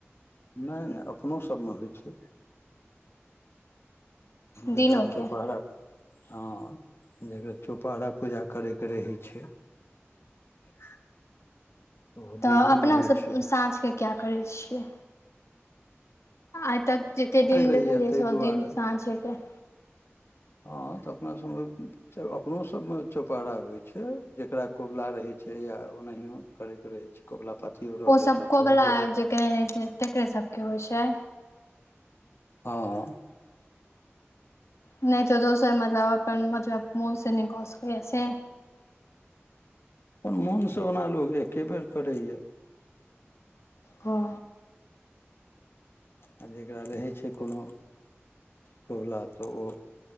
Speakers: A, on the left (about 60°); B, on the left (about 85°).
A: नहि नहि अपनो सभमे होइ छै। जेकरा
B: दिनोके
A: चौपहरा हँ जकरा चौपहरा पूजा करे के रहै छै। <inaudible>
B: तऽ
A: दिनोमे
B: अपना
A: होइ
B: सब
A: छै
B: सांझ के किया करै छियै। आइ तक जते दिन
A: रहैया
B: देखलियै
A: ताहि
B: सब
A: दुआरे
B: दिन साँझे के
A: हँ तऽ अपना सब में त अपनोसभमे चौपहारा होइ छै जकरा कोबला रहै छै या ओनाहिओ करै रहै छै कोबला पतियो रहलै
B: ओसभ
A: तऽ
B: कोबला
A: त दूर
B: जे केने रहय छै, तकरे सबके होइ छै।
A: हँ।
B: नहि तऽ दोसर मतलब अपन मतलब मोन से नय सकैया से
A: अपन मोनसँ ओना लोक एके बेर करैए
B: हँ
A: आ जेकरा रहै छै कोनो कोबला तऽ ओ